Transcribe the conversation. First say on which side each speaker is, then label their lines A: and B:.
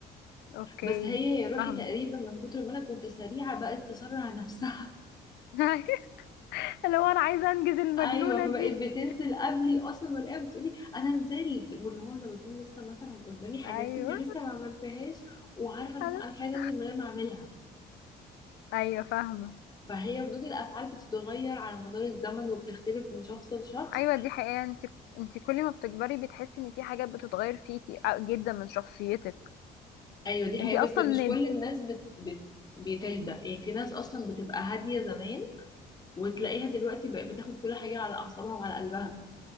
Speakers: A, on the left; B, on the left.
A: اوكي
B: بس هي يا روحي
A: فاهم
B: تقريبا من كتر ما انا كنت سريعه بقت تسرع نفسها
A: <laughs> لو انا عايزة انجز المجنونة
B: ايوه فبقيت
A: دي
B: بتنزل قبلي اصلا والاقيها بتقولي انا نزلت واللي هو انا بكون لسه مثلا قدامي حاجات
A: ايوه
B: كتير لسه ما عملتهاش وعارفه اللي
A: انا
B: هو انا
A: <laughs>
B: مش عايزه انزل من غير ما اعملها
A: ايوه فاهمة
B: فهي ردود الافعال بتتغير على مدار الزمن وبتختلف من شخص لشخص
A: ايوه دي حقيقة انتي انتي كل ما بتكبري بتحسي ان في حاجات بتتغير فيكي أو- جدا من شخصيتك
B: ايوه دي
A: انتي
B: حقيقه
A: اصلا
B: بس مش كل الناس بت... بت... بتهدى يعني في ناس اصلا بتبقى هاديه زمان وتلاقيها دلوقتي بقت بتاخد كل حاجه على اعصابها وعلى قلبها